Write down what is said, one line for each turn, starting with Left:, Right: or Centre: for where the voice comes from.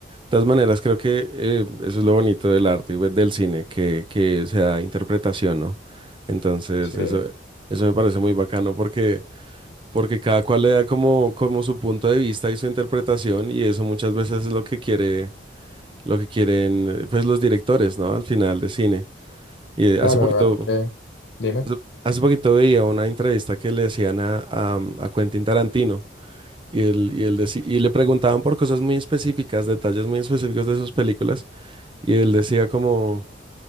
Right: todas maneras, creo que eh, eso es lo bonito del arte y pues, del cine, que, que sea interpretación, ¿no? Entonces,
Left: Sí,
Right: eso, eso me parece muy bacano porque, porque cada cual le da como, como su punto de vista y su interpretación, y eso muchas veces es lo que quiere, lo que quieren, eh, pues, los directores, ¿no? Al final de cine. Y eh,
Left: claro,
Right: hace poquito,
Left: hay que, dime.
Right: hace, hace poquito veía una entrevista que le hacían a, a, um, a Quentin Tarantino. Y, él, y, él deci- y le preguntaban por cosas muy específicas, detalles muy específicos de sus películas. Y él decía como,